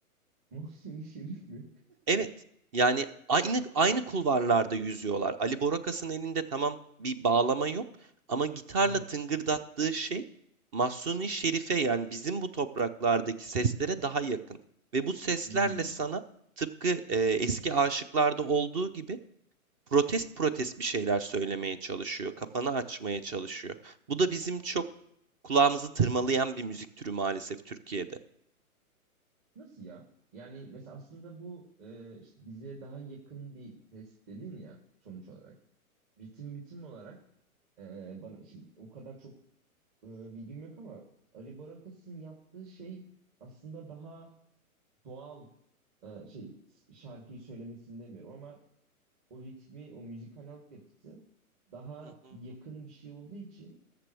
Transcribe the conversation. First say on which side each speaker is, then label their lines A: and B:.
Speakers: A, on the right; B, on the right.
A: <laughs> Mahsuni Şerif mi? <laughs>
B: Evet, yani aynı aynı kulvarlarda yüzüyorlar. Ali Borakas'ın elinde tamam bir bağlama yok ama gitarla
A: Hı hı.
B: tıngırdattığı şey Mahsuni Şerife yani bizim bu topraklardaki seslere daha yakın. Ve bu seslerle
A: Hmm.
B: sana tıpkı e, eski aşıklarda olduğu gibi protest protest bir şeyler söylemeye çalışıyor, kafanı açmaya çalışıyor. Bu da bizim çok kulağımızı tırmalayan bir müzik türü maalesef Türkiye'de.
A: Nasıl ya? Yani mesela aslında bu e, işte bize daha yakın bir ses dedin ya sonuç olarak. ritim ritim olarak e, bana şimdi o kadar çok e, bilgim yok ama Ari Barakas'ın yaptığı şey aslında daha doğal e, şey şarkıyı söylemesini demiyorum ama o ritmi, o müzikal altyapısı daha
B: Hı hı.
A: yakın bir şey olduğu için